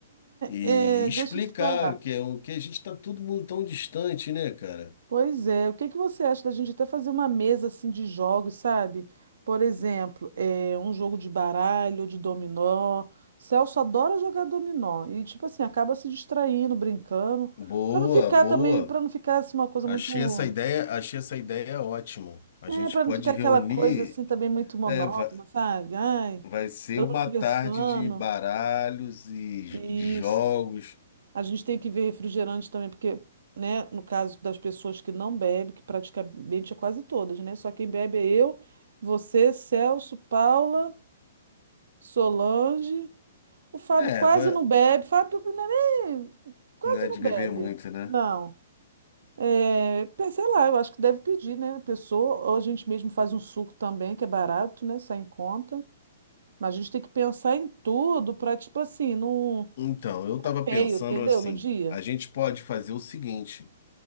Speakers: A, on the left; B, on the right.
A: E
B: É, é,
A: explicar
B: deixa eu te falar.
A: que é o que a gente está todo mundo tão distante, né, cara?
B: Pois é, o que que você acha da gente até fazer uma mesa assim de jogos, sabe? Por exemplo, é, um jogo de baralho, ou de dominó. Celso adora jogar dominó e tipo assim acaba se distraindo, brincando,
A: Boa,
B: para não ficar
A: boa.
B: também, para não ficar assim uma coisa
A: Achei
B: muito,
A: essa ideia, achei essa ideia ótima. A
B: é,
A: gente
B: para
A: pode
B: não ficar
A: reunir,
B: aquela coisa assim também muito monótona,
A: é, va-
B: sabe? Ai,
A: vai, ser
B: todo
A: uma
B: mundo conversando.
A: tarde de baralhos e
B: Isso.
A: j- de jogos.
B: A gente tem que ver refrigerante também, porque, né, no caso das pessoas que não bebem, que praticamente é quase todas, né? Só quem bebe é eu, você, Celso, Paula, Solange. O Fábio
A: É,
B: quase
A: vai,
B: não bebe. Fábio não é nem, quase
A: não é
B: não
A: de
B: bebe.
A: beber muito, né?
B: Não. É, pe- sei lá, eu acho que deve pedir, né? A pessoa, ou a gente mesmo faz um suco também, que é barato, né? Sai em conta. Mas a gente tem que pensar em tudo para, tipo assim, não
A: Então, eu tava
B: feio,
A: pensando
B: entendeu?
A: assim,
B: No dia.
A: a gente pode fazer o seguinte,